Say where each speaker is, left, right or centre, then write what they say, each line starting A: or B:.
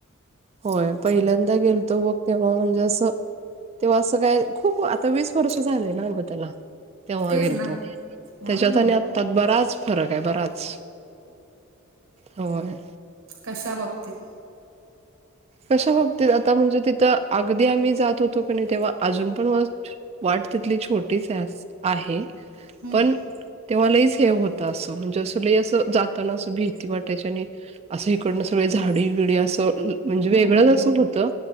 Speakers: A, on the right (about 30°); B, on the right (about 65°).
A: होय पहिल्यांदा गेलतो मग तेव्हा म्हणजे अस. तेव्हा अस काय खूप आता वीस वर्ष झाले ना अग त्याला. तेव्हा
B: तेच
A: गेलतो
B: ना म्हणून
A: त्याच्यात
B: म्हटलं
A: आणि आता बराच फरक हे बराच. होय
B: कश्या बाबतीत.
A: कशा बाबतीत आता म्हणजे तिथ अगदी आम्ही जात होतो क नाही तेव्हा अजून पण वाट तिथली छोटीच आहे
B: हं,
A: पण तेव्हालाहीच हे होत अस म्हणजे अस ल अस जाताना अस भीती वाटायची आणि असं इकडनं सगळे झाडी बिडी असं म्हणजे वेगळंच
B: हं, हं,
A: असं
B: हं,
A: होतं,